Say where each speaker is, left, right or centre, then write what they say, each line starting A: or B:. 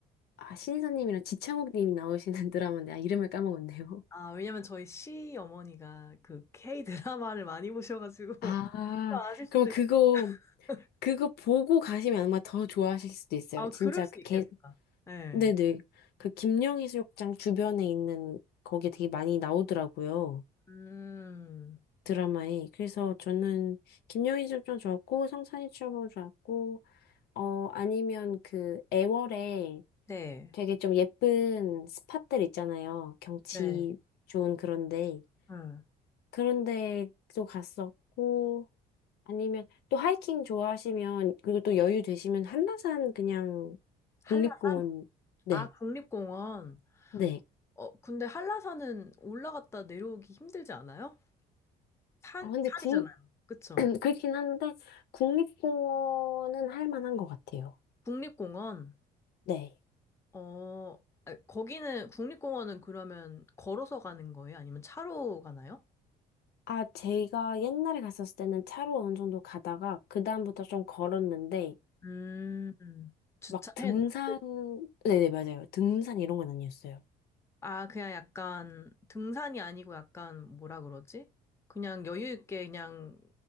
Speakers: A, on the left (about 70°); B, on the left (about 15°).
A: 아, 신인사님이랑 지창욱님이 나오시는 <laughs> 드라마 데아 이름을 까먹었네요.
B: 아, 왜냐면 저희 시 어머니가 그 K 드라마를 많이 보셔가지고 <laughs>
A: 아,
B: 또 아실 수도
A: 그럼 그거,
B: 있... <laughs>
A: 그거 보고 가시면 아마 더 좋아하실 수도 있어요.
B: 아,
A: 진짜
B: 그럴 수
A: 그
B: 있겠다.
A: 개,
B: 네.
A: 네네. 그 김녕해수욕장 주변에 있는 거기에 되게 많이 나오더라고요.
B: 음,
A: 드라마에. 그래서 저는 김녕해수욕장 좋았고, 성산이 추억도 좋았고, 어, 아니면 그 애월에
B: 네.
A: 되게 좀 예쁜 스팟들 있잖아요. 경치
B: 네.
A: 좋은 그런데.
B: 응.
A: 그런 데도 갔었고, 아니면 또 하이킹 좋아하시면, 그리고 또 여유 되시면 한라산 그냥
B: 한라산?
A: 국립공원, 네,
B: 아, 국립공원.
A: 네.
B: 어, 근데 한라산은 올라갔다 내려오기 힘들지 않아요? 산,
A: 아, 근데
B: 산이잖아요.
A: 국,
B: 그쵸?
A: <clears throat> 그렇긴 한데, 국립공원은 할 만한 것 같아요.
B: 국립공원.
A: 네.
B: 어, 아, 거기는 국립공원은 그러면 걸어서 가는 거예요? 아니면 차로 가나요?
A: 아, 제가 옛날에 갔었을 때는 차로 어느 정도 가다가, 그다음부터 좀 걸었는데,
B: 음, 음. 주차해
A: 막 등산,
B: 놓고.
A: 네네, 맞아요. 등산 이런 건 아니었어요.
B: 아, 그냥 약간 등산이 아니고 약간 뭐라 그러지? 그냥 여유 있게 그냥